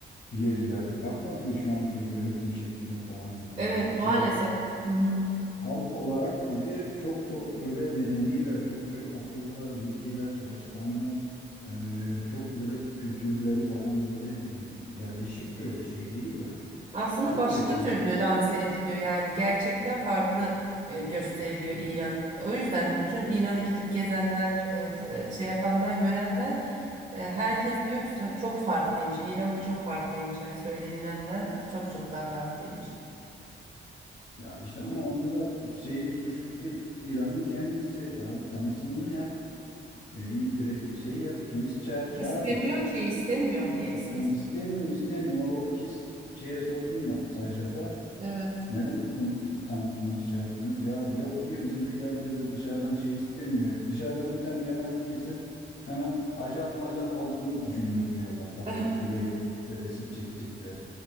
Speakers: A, on the left; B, on the right.
A: ilerilerde. Bakma dedi şu anki yönetim şekline falan dedi.
B: Evet
A: Yani şey
B: maalesef.
A: olarak,
B: Hı hı.
A: halk olarak dedi çok çok böyle medeniler, çok çok akıllılar, zekiler, çalışkanlar. Ee, çok böyle kültürleri falan böyle e, yerleşik böyle şey değil yani.
B: Aslında
A: Çok
B: başka
A: çok yani.
B: türlü lanse ediliyor yani gerçekten farklı e, gösteriliyor İran. O yüzden bütün İran'ı gidip gezenler, e, ta- e, şey yapanlar, görenler e, herkes diyor ki çok farklıymış. İran çok farklıymış yani söylenilenden çok çok daha farklıymış.
A: Ya işte ama onun da şeyi suçlusu İran'ın kendisi. Abi tanıtımını yap. e, re- şey yap. Turist çağır, çağırmıyor.
B: İstemiyor ki istemiyor. Niye istesin?
A: Yani istemiyor istemiyor. Oradaki s- şeye sordum ben Sajjat'a.
B: Evet.
A: Neden bizim tanıtmıyorsunuz, şey yapmıyorsunuz? Ya yok diyor bizimkiler diyor ve dışarıdan şey istemiyor. Dışarıdan bir tane yabancı girsin hemen ajan majan olduğunu düşünüyorlar falan
B: Eh,
A: böyle. Buraya gelecekler, resim çekecekler,